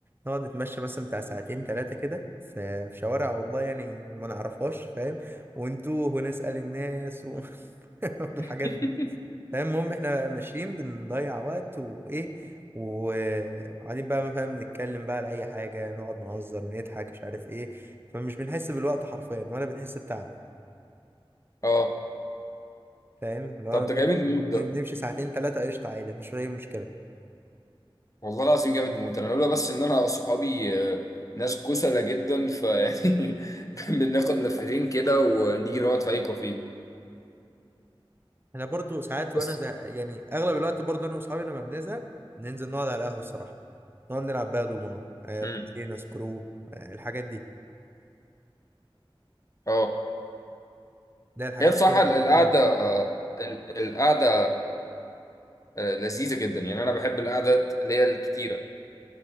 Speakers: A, on the right (about 25°); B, on the left (about 35°).
A: نقعد نتمشى مثلا بتاع ساعتين تلاتة كده في في شوارع والله يعني ما نعرفهاش فاهم ونتوه ونسأل الناس و... <laughs> والحاجات
B: <laughs>
A: دي فاهم المهم احنا ماشيين بنضيع وقت وايه و- وقاعدين بقى ما فاهم نتكلم بقى على اي حاجه نقعد نهزر نضحك مش عارف ايه فمش بنحس بالوقت حرفيا ولا بنحس بتعب
B: اه
A: فاهم لو
B: طب
A: انا بقول
B: ده جامد
A: لك
B: موت
A: بن-
B: ده
A: بنمشي ساعتين ثلاثه قشطه عادي مفيش اي مشكله
B: والله العظيم جامد موت انا لولا بس ان انا صحابي آه، ناس كسلة جدا فيعني <laughs> بناخد لفتين كده ونيجي نقعد في اي كافيه
A: انا برضو ساعات
B: بس
A: وانا ده يعني اغلب الوقت برضو انا واصحابي لما بنزهق ننزل نقعد على القهوه الصراحه نقعد نلعب بقى دومينو آه
B: امم
A: كوتشينه سكرو آه الحاجات دي
B: اه
A: ده الحاجات
B: هي بصراحة
A: دي اللي
B: القعدة
A: بتتسلى
B: ال- القعدة آه، لذيذة جدا يعني انا بحب القعدات اللي هي الكتيرة